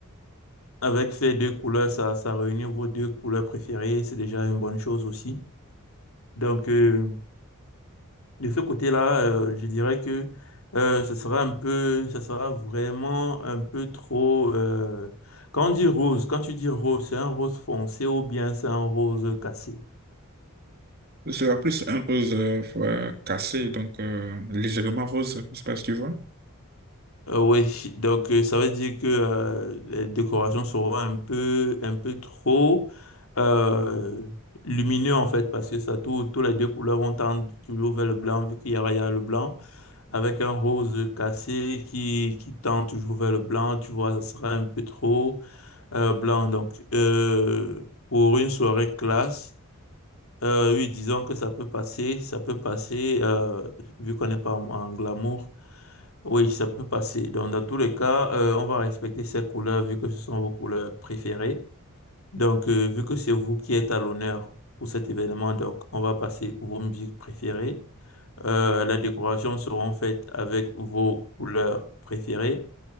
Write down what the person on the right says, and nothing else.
ce sera plus un rose euh, euh, cassé, donc euh, légèrement rose, je sais pas si tu vois.